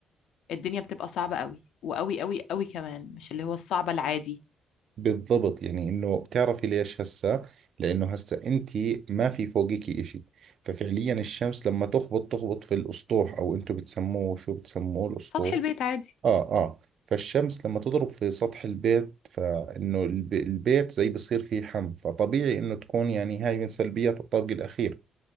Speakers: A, on the left; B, on the right.
A: الدنيا بتبقى صعبة قوي وقوي قوي قوي كمان مش اللي هو الصعبة العادي
B: بالضبط يعني إنه بتعرفي ليش هسا لأنه هسا أنت ما في فوقك إشي ففعليا الشمس لما تخبط تخبط في الأسطوح أو أنتم بتسموه شو بتسموه الأسطوح
A: سطح البيت عادي
B: آه آه فالشمس لما تضرب في سطح البيت فإنه الب- البيت زي بصير فيه حم فطبيعي إنه تكون يعني هاي من سلبيات الطابق الأخير